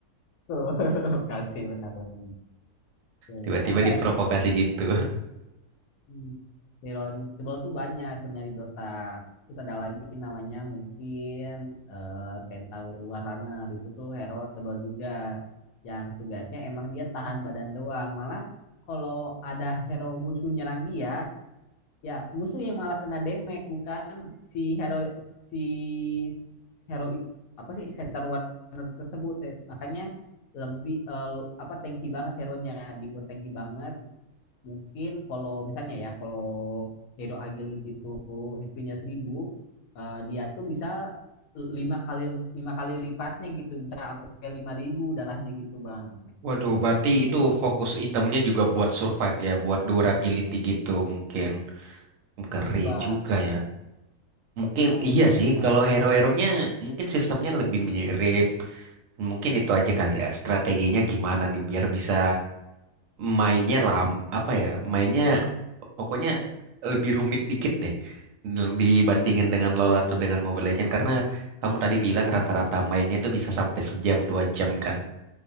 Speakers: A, on the left; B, on the right.
A: tuh. <laughs> Makasih benar-benar. Tuh,
B: Tiba-tiba
A: ada
B: diprovokasi gitu.
A: Hmm. Hero Invisible tuh banyak sebenarnya di Dota. Terus ada lagi namanya mungkin eh, Centaur War Runner itu tuh hero tebal juga. Yang tugasnya emang dia tahan badan doang. Malah kalau ada hero musuh nyerang dia, ya musuh yang malah kena damage bukan si hero si s- hero itu apa sih Centaur War Runner tersebut. ya. Makanya lebih eh, apa tanky banget hero-nya dibuat tanky banget mungkin kalau misalnya ya kalau hero agility itu HP-nya 1000 eh, dia tuh bisa lima kali lima kali lipatnya gitu bisa sampai 5000 darahnya gitu bang
B: <laughs> Waduh, berarti itu fokus itemnya juga buat survive ya, buat durability gitu mungkin. Keren
A: betul bang
B: juga ya. Mungkin
A: banget
B: iya
A: bang
B: sih,
A: emang
B: kalau hero-heronya mungkin sistemnya lebih mirip. Mungkin itu aja kali ya, strateginya gimana nih biar bisa mainnya lam apa ya mainnya pokoknya lebih rumit dikit deh dibandingin dengan Lola atau dengan Mobile Legends karena kamu tadi bilang rata-rata mainnya tuh bisa sampai sejam dua jam kan